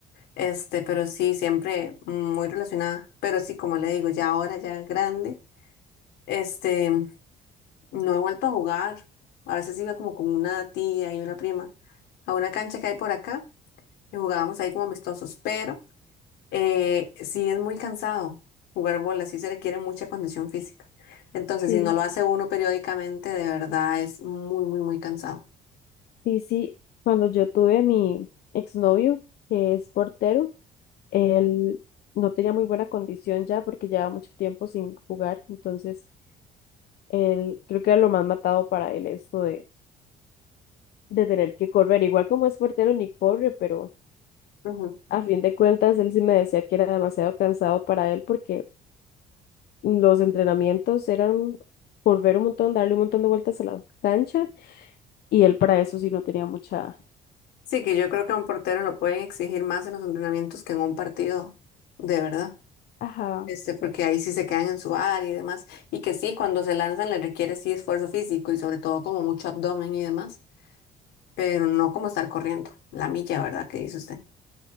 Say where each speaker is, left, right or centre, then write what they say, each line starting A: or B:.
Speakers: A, on the left; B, on the left.
A: Este, pero sí, siempre muy relacionada. Pero sí, como le digo, ya ahora, ya grande, este, no he vuelto a jugar. A veces iba como con una tía y una prima a una cancha que hay por acá y jugábamos ahí como amistosos. Pero eh, sí es muy cansado jugar bola, sí se requiere mucha condición física. Entonces,
B: Sí.
A: si no lo Sí. hace uno periódicamente, de verdad es muy, muy, muy cansado.
B: Sí, sí, cuando yo tuve mi exnovio, que es portero, él no tenía muy buena condición ya porque llevaba mucho tiempo sin jugar, entonces él creo que era lo más matado para él esto de, de tener que correr, igual como es portero ni corre, pero
A: Ujú.
B: a fin de cuentas él sí me decía que era demasiado cansado para él porque Los entrenamientos eran correr un montón, darle un montón de vueltas a la cancha y él para eso sí no tenía mucha...
A: Sí, que yo creo que a un portero lo pueden exigir más en los entrenamientos que en un partido, de verdad.
B: Ajá,
A: Este, porque
B: exacto.
A: ahí sí se quedan en su área y demás. Y que sí, cuando se lanzan les requiere sí esfuerzo físico y sobre todo como mucho abdomen y demás, pero no como estar corriendo la milla, ¿verdad? ¿Qué dice usted?